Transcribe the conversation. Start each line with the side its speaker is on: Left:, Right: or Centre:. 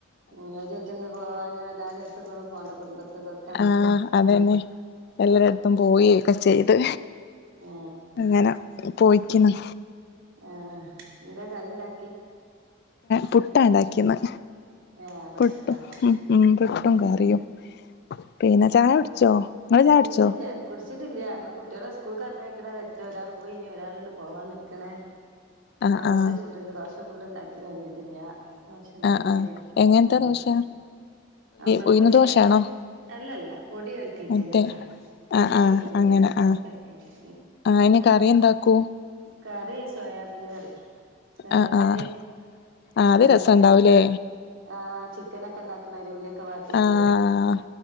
Right: ഉ ഒരുട്ടൊന്ന് പോവാനോ എല്ലാരും ഇട്ടക്കൊന്നും പോകണ്ട കുടുംബത്തക്കൊക്കെ
Left: ആഹ അതന്നെ എല്ലരും അ പോവൊക്കെ ചെയ്ത്
Right: ആ
Left: അങ്ങനെ പോയിക്കുന്നു
Right: ആഹ ഇന്താ കറിണ്ടാക്കി
Left: പുട്ടാ ഉണ്ടാക്കിന്ന്
Right: ആ ഇപ്പ
Left: പുട്ടും
Right: എടുത്തിട്ടാ
Left: ഉ ഉം പുട്ടും
Right: ഉം
Left: കറിയും പിന്നെ ചായ കുടിച്ചോ ഇങ്ങള് ചായ കുടിച്ചോ
Right: ഇല്ലല്ല കുട് കുട്ടില്ല ഞങ്ങള് കുട്ടികുടെ സ്കൂൾക്ക് പറഞ്ഞയക്കണ തരക്ക്ലാ ഒരാൾ പോയി ഇനി ഒരാളണ്ട് പോവാൻനിക്ക്ന്
Left: ആഹ്
Right: ദോശ
Left: ആഹ്
Right: ചൂട്ണ്ട് ദോശ ഫുള്ള ഇണ്ടാക്കി കഴിഞ്ഞിട്ടില്ലഞ ദോശ ഉണ്ടാക്കണ്ട്
Left: ആഹ് ആഹ് എങ്ങനത്തെ
Right: ഉ
Left: ദോശ
Right: നമ്മൾ
Left: ഉഴുന്ന്
Right: പൊടി
Left: ദോശയാണോ
Right: അല്ലല്ല പൊടി ക ൽക്കിയിട്ട
Left: മറ്റേ
Right: ല്ല പൊടിച്ച
Left: ആഹ് ആഹ്
Right: കൊടന്നപ്പൊടി
Left: അങ്ങനെ
Right: ഇണ്ട്
Left: ആഹ്
Right: അത് കലക്കിട്ട്
Left: ആഹ് അയിന് കറി എന്താക്കൂ
Right: കറി സോയാബീന് കറി
Left: ആഹ്
Right: പിന്നെ
Left: ആഹ് ആഹ്
Right: നമ്മളെ
Left: അത് രസണ്ടാവൂലേ
Right: ആ ചിക്കനൊക്കെ ഉണ്ടാക്കണാതിരി ഉ ള്ളിയൊക്കെ വാട്ടിയിട്ട്
Left: ആഹ്